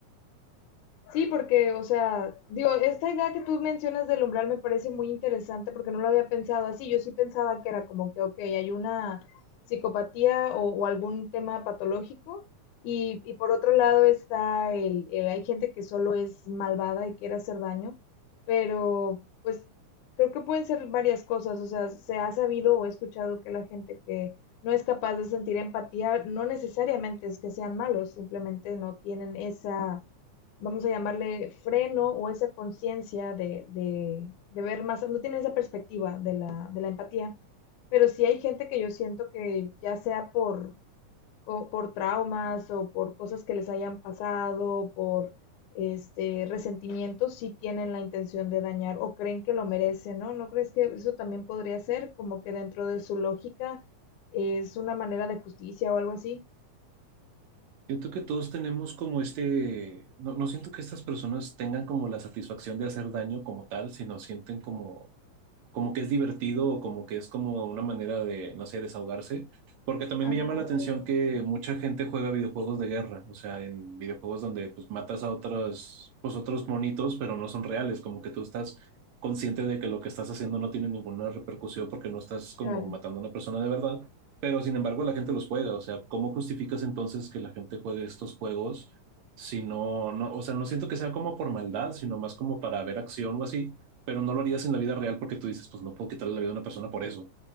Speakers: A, on the left; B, on the right.
A: Sí, porque, o sea, digo, esta idea que tú mencionas del umbral me parece muy interesante porque no lo había pensado así. Yo sí pensaba que era como que, ok, hay una psicopatía o, o algún tema patológico. Y, y por otro lado está el, el, hay gente que solo es malvada y quiere hacer daño, pero pues creo que pueden ser varias cosas. O sea, se ha sabido o he escuchado que la gente que no es capaz de sentir empatía no necesariamente es que sean malos, simplemente no tienen esa vamos a llamarle freno o esa conciencia de, de- de ver más, no tienen esa perspectiva de la, de la empatía, pero sí hay gente que yo siento que ya sea por, co- por traumas o por cosas que les hayan pasado, por este resentimientos, sí tienen la intención de dañar o creen que lo merecen, ¿no? ¿No crees que eso también podría ser como que dentro de su lógica es una manera de justicia o algo así?
B: Siento que todos tenemos como este, no, no siento que estas personas tengan como la satisfacción de hacer daño como tal, sino sienten como como que es divertido o como que es como una manera de, no sé, desahogarse, porque también
A: Ah,
B: me llama
A: ya,
B: la atención
A: ya, ya,
B: que
A: sí,
B: mucha gente juega videojuegos de guerra, o sea, en videojuegos donde pues matas a otros, pues otros monitos, pero no son reales, como que tú estás consciente de que lo que estás haciendo no tiene ninguna repercusión porque no estás como
A: claro.
B: matando a una persona de verdad, pero sin embargo la gente los juega, o sea, ¿cómo justificas entonces que la gente juegue estos juegos? Si no, no, o sea, no siento que sea como por maldad, sino más como para ver acción o así pero no lo harías en la vida real porque tú dices, pues no puedo quitarle la vida a una persona por eso,